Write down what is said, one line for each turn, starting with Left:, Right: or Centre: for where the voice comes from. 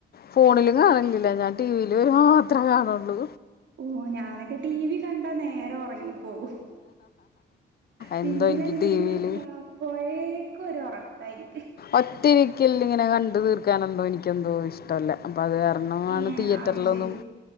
Left: ഫോണിലും കാണല്ലില്ല, ഞാൻ ടി വില് വരുമ്പോ മാത്രേ കാണുള്ളൂ.
Right: ഓഹ് ഞാനൊക്കെ ടി വി കണ്ടാ നേരെ ഒറങ്ങിപ്പോകും. ടി
Left: എന്തോ
Right: വിലെന്തെങ്കിലും
Left: എനിക്ക് ടി വിയിൽ
Right: ഇട്ടാ അപ്പോഴെക്കൊരൊറക്കായിരി
Left: ഒറ്റിരിക്കലിനിങ്ങനെ കണ്ടു തീർക്കാനെന്തോ എനിക്കെന്തോ ഇഷ്ടല്ല. അപ്പത് കാരണമാണ്
Right: ഏഹ്
Left: തിയേറ്ററിലൊന്നും
Right: അത് ശെരി